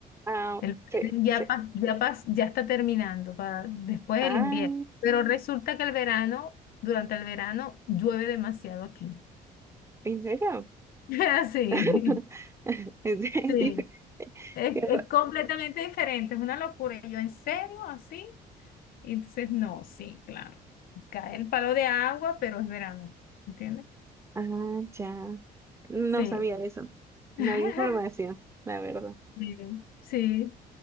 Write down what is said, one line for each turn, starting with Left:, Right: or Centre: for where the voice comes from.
Right: ah,
Left: El,
Right: sí,
Left: ya,
Right: sí.
Left: pas- ya, pas- ya está terminando para después
Right: Ah,
Left: del invierno. Pero resulta que el verano, durante el verano, llueve demasiado aquí.
Right: ¿en serio?
Left: <laughs> Sí,
Right: <laughs> Es, es
Left: sí.
Right: diferente.
Left: Es,
Right: Qué fa-
Left: es completamente diferente, es una locura. Y Yo, ¿en serio? ¿Así? Entonces, no, sí, claro. Cae el palo de agua, pero es verano, ¿entiendes?
Right: Ah, ya. No
Left: Sí.
Right: sabía eso. No
Left: <laughs>
Right: había información, la verdad.
Left: Sí, sí,